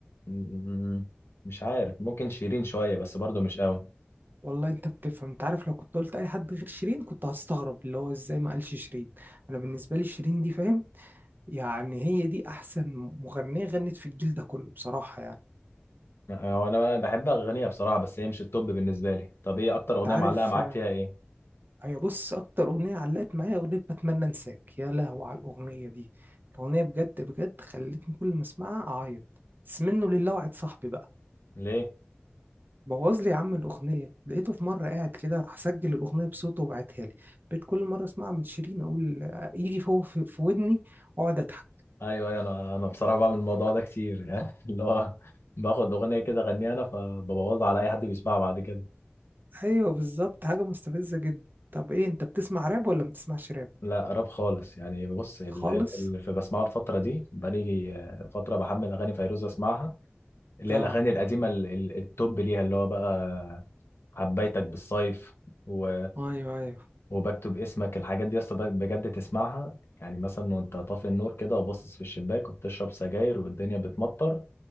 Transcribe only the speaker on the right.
والله انت بتفهم انت عارف لو كنت قلت اي حد غير شيرين كنت هستغرب اللي هو ازاي ما قالش شيرين انا بالنسبة لي شيرين دي فاهم يعني هي دي احسن مغنيه غنت في الجيل ده كله بصراحه يعني
انت
عارف
آه،
هي بص اكتر اغنيه علقت معايا اغنيه بتمنى انساك يا لهوي على الاغنيه دي الاغنيه بجد بجد خلتني كل ما اسمعها اعيط بس منه لله وعد صاحبي بقى
بوظ لي يا عم الاغنيه لقيته في مره قاعد كده راح سجل الاغنيه بصوته وبعتها لي بقيت كل مره اسمعها من شيرين اقول آه، يجي فوق في في ودني واقعد اضحك
ايوه بالظبط حاجه مستفزه جدا طب ايه انت بتسمع راب ولا ما بتسمعش راب
خالص
اه
ايوه ايوه